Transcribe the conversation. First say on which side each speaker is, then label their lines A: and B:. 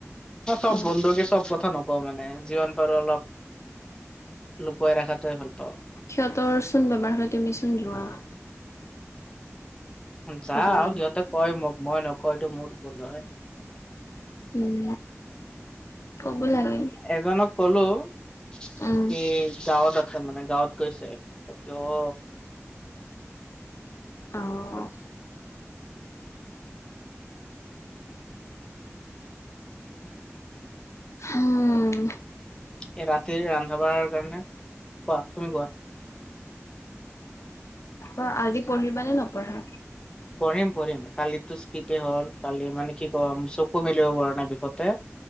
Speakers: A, on the left; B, on the left.
A: সব
B: অ
A: বন্ধুকে সব কথা ন নকওঁ মানে জীৱন পাৰোঁ অলপ লুকুৱাই ৰখাতোৱে ভাল পাওঁ
B: সিহঁতৰ চোন বেমাৰ হ'লে তুমি চোন যোৱা
A: যাওঁ
B: খবৰ ল'ব
A: সিহঁতে কয় মোক মই নকও এইটো মোৰ ভূল হয়
B: উম ক'ব লাগে
A: এজনক ক'লো সি
B: উম
A: গাঁৱত আছে মানে গাঁৱত গৈছে তাকে অ
B: অ হুম
A: এৰাতি ৰন্ধা বঢ়াৰ কাৰণে কোৱা তুমি কোৱা
B: অ আজি পঢ়িবানে নপঢ়া
A: পঢ়িম পঢ়িম কালিতো স্কিপ এ হ'ল কালি মানে কি কম চকু মেলিব পৰা নাই বিষতে